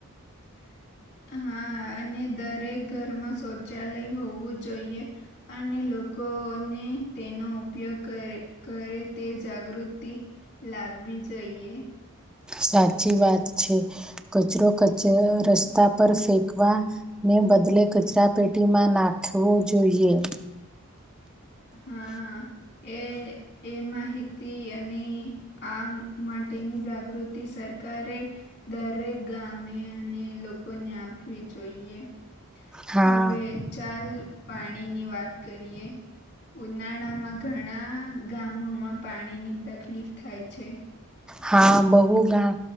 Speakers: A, on the left (about 55°); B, in the centre.
A: <inaudible> હા, અને દરેક ઘરમાં શૌચાલય હોવુ, જોઈએ અને લો લોકોને તેનો ઉપયોગ, કર કરે તે જાગૃતિ લાવ વિજોયે
B: સાચી વાત છે, કચરો કચ રસ્તા પર ફેંકવાને બદલે કચરાપેટીમા, નાખવો જોઈએ
A: હા. એ એ માહિતી, અને આ માટેની જાગૃતિ સર સરકારે દરેક ગામે, અને લોકોને આપવી જોઈએ.
B: હા
A: હવે, ચાલ પાણીની વાત કરીએ ઉનાળામા ઘણા ગામોમા, પાણીની તકલીફ થાય છે.
B: હા, બહુ ગામ